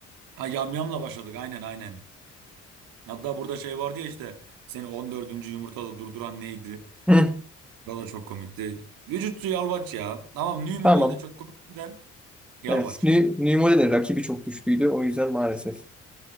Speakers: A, on the right; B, in the centre.
A: Ha yamyamla başladık aynen aynen. Hatta burada şey vardı ya işte seni 14. yumurtada durduran neydi?
B: Hı,
A: O da çok komikti. Vücutçu yalvaç ya. Tamam New
B: Tamam.
A: Model de çok komikti de yalvaç.
B: Evet. New, new modelin rakibi çok güçlüydü. O yüzden maalesef.